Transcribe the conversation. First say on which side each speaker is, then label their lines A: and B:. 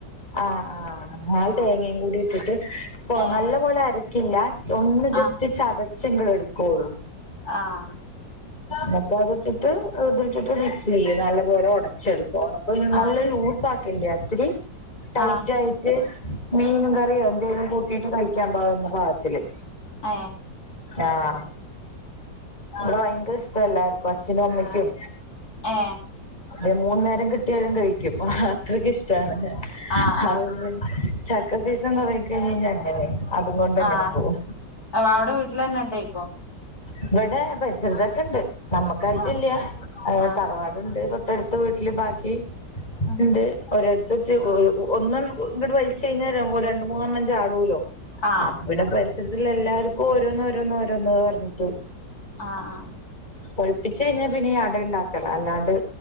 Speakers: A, on the left; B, on the left.
A: ആഹ് ആഹ് ആഹ് അത്
B: ഉം
A: തേങ്ങയും കൂടി ഇട്ടിട്ട് കൊ
B: ഏഹ്
A: നല്ല പോലെ അരക്കില്ല ഒന്ന് ജസ്റ്റ്
B: ആഹ്
A: ചത ച്ചിങ്കെടുക്കോള്ളു
B: ആഹ്
A: ന്നട്ട് അത്ട്ടിട്ട് ഇതിലിട്ടിട്ട് മിക്സ് ചെയ്യ നല്ലപോലെ ഒടച്ചെടുക്ക പോന്നപ്പം പിന്നെ നല്ല
B: ആഹ്
A: ലൂസ് ആക്കണ്ട ത്തിരി ടൈറ്റ്
B: ആഹ്
A: ആയിറ്റ് മീനും കറിയോ എന്തേലും കൂട്ടീട്ട് കഴിക്കാൻ പാവുന്ന പാകത്തില്
B: ഏഹ്
A: ആഹ് ഇബടെ ഭയങ്കര ഇഷ്ടാ എല്ലാർക്കും അച്ഛനും അമ്മയ്ക്കും
B: ഏഹ്
A: ദെ മൂന്ന് നേരം കിട്ടിയാലും കഴിക്കും അത്രക്ക് ഇഷ്ടാണ്
B: ആഹ് ആഹ്
A: അതുകൊണ്ട് ചക്ക സീസൺ തൊടങ്ങി കഴിഞ്ഞഴിഞ്ഞാ അങ്ങനെ അതുകൊണ്ടെങ്ങനെ
B: ആഹ്
A: പോവു
B: അവിടെ വീട്ടിലന്നെ ഇണ്ടേക്കും
A: ഇബടെ പരിസരത്തൊക്കെണ്ട് നമ്മുക്കായിട്ടില്ല
B: ആഹ് ആഹ്
A: തറവാടുണ്ട് തൊ ട്ടടുത്ത വീട്ടില് ബാക്കി
B: ആഹ്
A: ഉണ്ട് ഓരോരു ത്തിട്ട് ഒരു ഒന്നൊന്നു ഇങ്ങട് വലിച്ചഴിഞ്ഞാ രണ്ട് മൂന്നെണ്ണം ചാടോലോ
B: ആഹ്
A: അപ്പം പിന്നെ പരിസരത്തിള്ള എല്ലാർക്കും ഓരോന്ന് ഓരോന്ന് ഓരോന്ന് പറഞ്ഞിട്ട്
B: ആഹ് ആഹ്
A: പൊഴ്പ്പിച്ച് കഴിഞ്ഞാ പിന്നെ അട ഇണ്ടാക്കല അല്ലാണ്ട്